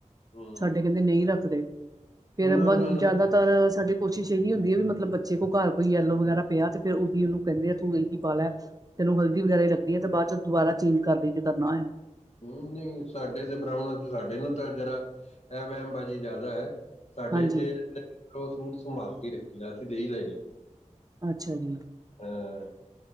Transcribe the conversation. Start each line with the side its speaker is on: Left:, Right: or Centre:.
Left: ਹਮ
Right: ਸਾਡੇ ਕਹਿੰਦੇ ਨਹੀਂ ਰੱਖਦੇ ਫਿਰ
Left: ਨਾ
Right: ਬ
Left: ਨਾ ਨਾ
Right: ਜ਼ਿਆਦਾ ਪਰ ਸਾਡੀ ਕੋਸ਼ਿਸ਼ ਇਹੀ ਹੁੰਦੀ ਹੈ ਵੀ ਮਤਲਬ ਬੱਚੇ ਕੋਲ ਘਰ ਕੋਈ ਯੈਲੋ ਵਗੈਰਾ ਪਿਆ ਤੇ ਫਿਰ ਉਹ ਵੀ ਉਹਨੂੰ ਕਹਿੰਦੇ ਆ ਤੂੰ ਇਹੀ ਪਾ ਲੈ ਤੈਨੂੰ ਹਲਦੀ ਵਗੈਰਾ ਹੀ ਲੱਗਦੀ ਹੈ ਤੇ ਬਾਅਦ ਚ ਦੁਬਾਰਾ ਚੇਂਜ ਕਰ ਲਈ ਕਰਨਾ ਹੋਇਆ
Left: ਨਹੀਂ ਸਾਡੇ ਤੇ ਬ੍ਰਾਹਮਣਾਂ ਚ ਸਾਡੇ ਨਾ ਤਾਂ ਜ਼ਰਾ ਇਹ ਵਹਿਮਬਾਜ਼ੀ ਜ਼ਿਆਦਾ ਹੈ ਸਾਡੇ
Right: ਹਾਂਜੀ,
Left: ਜ ਉਹ ਸੂਟ ਸੰਭਾਲ ਕੇ ਰੱਖੀ ਦਾ ਅਸੀਂ ਦੇਈ ਦਾ ਹੀ ਨੀ
Right: ਅੱਛਾ ਜੀ।
Left: ਹਾਂ